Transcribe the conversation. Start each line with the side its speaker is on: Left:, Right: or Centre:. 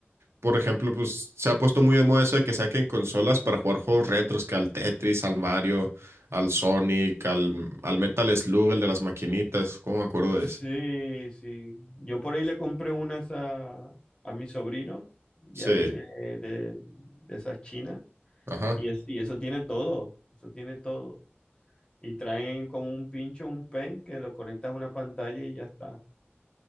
Right: por ejemplo, pues se ha puesto muy de moda eso de que saquen consolas para jugar juegos retros, que al Tetris, al Mario, al Sonic, al, al Metal Slug, el de las maquinitas. ¿Cómo me acuerdo
Left: Sí,
Right: de ese?
Left: sí. Yo por ahí le compré unas a, a mi sobrino, de
Right: Sí,
Left: ahí de, de, de esas chinas.
Right: ajá,
Left: Y, es- y eso tiene todo, eso tiene todo. Y traen como un pincho, un pen, que lo conectas a una pantalla y ya está.